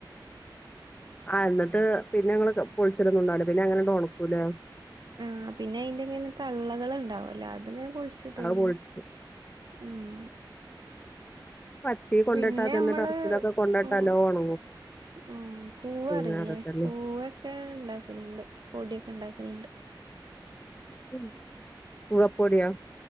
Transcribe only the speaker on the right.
ആഹ് പിന്നെ അയിന്റെങ്ങനെ തള്ളക ള് ഇണ്ടാവൊല്ലോ അത്ങ്ങനെ പൊൾച്ച്ട്ടോട്ക്കും
ഊം.
പിന്നെ
നമ്മള്
ഉം
ഉം കൂവറീലേ
കൂവെക്കെ ഇണ്ടാക്കലല്ണ്ട് പൊട്യെക്കെ ഇണ്ടാ ൽണ്ട്.